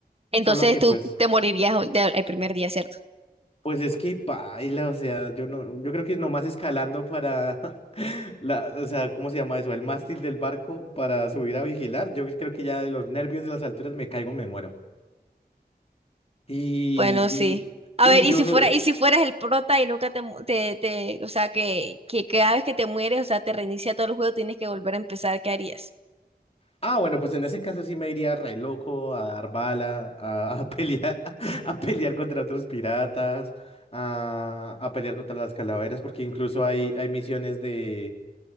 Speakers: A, on the right; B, on the left.
A: Entonces
B: solo que
A: tú
B: pues,
A: te morirías el de- el primer día, ¿cierto?
B: pues es que paila, o sea, yo no, yo creo que nomás escalando para <laughs> la, o sea, ¿cómo se llama eso? El mástil del barco para subir a vigilar, yo creo que ya de los nervios de las alturas me caigo, me muero. Y,
A: Bueno, sí. A
B: y,
A: ver,
B: y
A: y
B: yo,
A: si
B: so-
A: fuera, y si fueras el prota y nunca te, mu- te, te- o sea, que, que cada vez que te mueres, o sea, te reinicia todo el juego, tienes que volver a empezar, ¿qué harías?
B: Ah, bueno, pues en ese caso sí me iría re loco a dar bala, a, a pelear, <laughs> a pelear contra otros piratas, a, a pelear contra las calaveras, porque incluso hay, hay misiones de,